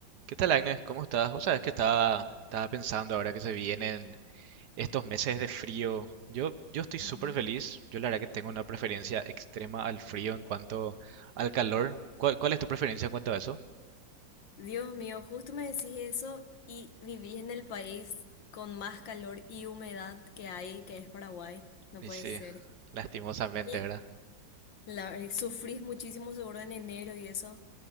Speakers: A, on the right; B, on the left.
A: ¿Qué tal, Agnes? ¿Cómo estás? O sabes que estaba, estaba pensando ahora que se vienen estos meses de frío. Yo, yo estoy
B: Ujú.
A: súper feliz. Yo la verdad que tengo una preferencia extrema al frío en cuanto al calor. ¿Cuál, cuál es tu preferencia en cuanto a eso?
B: Dios mío, justo me decís eso y viví en el país con más calor y humedad que hay, que es Paraguay. No
A: Y
B: puede
A: sí,
B: ser.
A: lastimosamente,
B: Y
A: ¿verdad?
B: la, y sufrís muchísimo seguro en enero y eso,